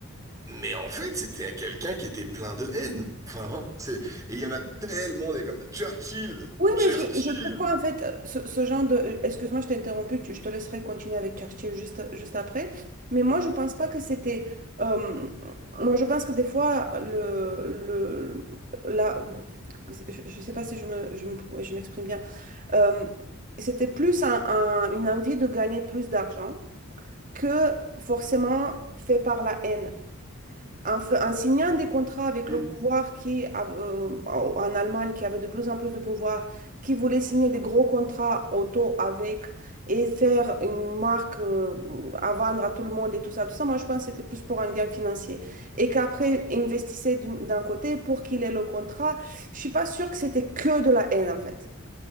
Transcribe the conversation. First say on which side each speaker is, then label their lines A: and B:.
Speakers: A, on the right; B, on the right.
A: Mais en fait, c'était quelqu'un qui était plein de haine. Enfin vraiment, c'est, et il y en a tellement des comme Churchill,
B: Oui,
A: Churchill.
B: mais je, je trouve qu'en fait, euh, ce, ce genre de... euh, Excuse-moi, je t'ai interrompu, tu- je te laisserai continuer avec Churchill juste, juste après. Mais moi, je pense pas que c'était... euh, moi, je pense que des fois, le... le la, je je sais pas si je me, je me- je m'exprime bien. Euh, c'était plus un- un- une envie de gagner plus d'argent que forcément fait par la haine. En, fa- en signant des contrats avec
A: Hmm.
B: le pouvoir qui, euh, en Allemagne, qui avait de plus en plus de pouvoir, qui voulait signer des gros contrats auto avec et faire une marque euh, à vendre à tout le monde et tout ça, tout ça, moi je pense que c'était plus pour un gain financier. Et qu'après, investissait d'un d'un côté pour qu'il ait le contrat. Je suis pas sûre que c'était que de la haine en fait.